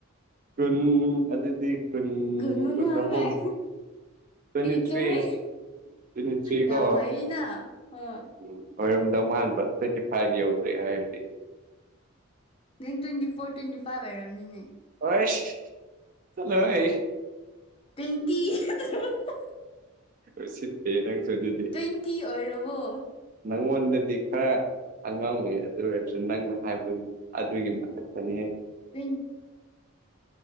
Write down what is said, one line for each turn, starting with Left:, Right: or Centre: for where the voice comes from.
Right: ꯀꯨꯟ ꯑꯗꯨꯗꯤ ꯎꯝ
Left: ꯀꯨꯟ ꯃꯉꯥ
Right: ꯀꯨꯝ ꯑꯍꯨꯝ
Left: ꯀꯥꯏ
Right: ꯇ꯭ꯋꯦꯟꯇꯤ
Left: ꯏ
Right: ꯊ꯭ꯔꯤ
Left: ꯆꯨꯝꯃꯤ
Right: ꯇ꯭ꯋꯦꯟꯇꯤ ꯊ꯭ꯔꯤ
Left: ꯌꯥꯝ
Right: ꯀꯣ
Left: ꯍꯔꯤꯅ ꯍꯣꯏ
Right: ꯎꯝ ꯑꯣꯏꯔꯝꯗꯧ ꯃꯥꯟꯕ ꯊ꯭ꯋꯦꯟꯇꯤ ꯐꯥꯏꯚ ꯌꯧꯗ꯭ꯔꯦ ꯍꯥꯌꯔꯗꯤ
Left: ꯅꯪ ꯇ꯭ꯋꯦꯟꯇꯤ ꯐꯣꯔ ꯇ꯭ꯋꯦꯟꯇꯤ ꯐꯥꯏꯚ ꯑꯣꯏꯔꯝꯅꯤꯅꯦ
Right: ꯍꯁ ꯆꯂꯣ ꯍꯩ
Left: ꯇ꯭ꯋꯦꯟꯇꯤ <unintelligible>
Right: ꯎꯁꯤꯠꯇꯦ ꯅꯪꯁꯨ ꯑꯗꯨꯗꯤ
Left: ꯇꯨꯏꯟ ꯇꯤ ꯑꯣꯏꯔꯕꯣ
Right: ꯅꯪꯉꯣꯟꯗꯗꯤ ꯈꯔ ꯑꯉꯥꯡ ꯑꯣꯏꯔꯤ ꯑꯗꯨ ꯑꯣꯏꯔꯁꯨ ꯅꯪꯅ ꯍꯥꯏꯕꯗꯨ ꯑꯗꯨꯒꯤ ꯃꯊꯛꯇꯅꯤꯍ
Left: <unintelligible>